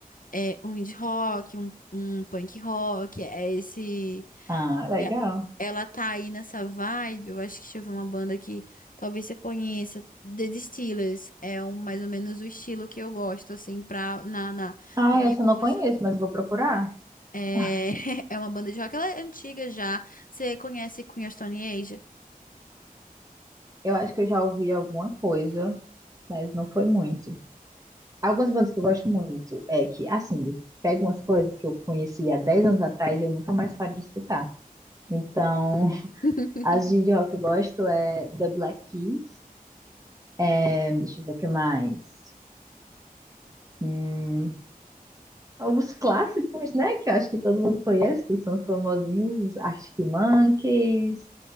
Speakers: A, on the left; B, on the right.
A: é um indie rock, um, um punk rock, é esse.
B: Ah, legal.
A: é- ela tá aí nessa vibe. Eu acho que deixa eu ver uma banda que talvez você conheça, The Distillers. É um, mais ou menos o estilo que eu gosto, assim, pra, na, na,
B: Ah,
A: na
B: essa
A: minha composição.
B: eu não conheço, mas vou procurar.
A: É,
B: <laughs>
A: <laughs> é uma banda de rock, ela é antiga já. Você conhece Queen of Stone Age?
B: Eu acho que eu já ouvi alguma coisa, mas não foi muito. Algumas bandas que eu gosto muito é que, assim, pego umas coisas que eu conheci há 10 anos atrás e eu nunca mais paro de escutar. Então, <laughs>
A: <laughs>
B: as de rock que eu gosto é The Black Keys, é, deixa eu ver o que mais. Hum, alguns clássicos, né, que eu acho que todo mundo conhece, que são os famosinhos, Arctic Monkeys.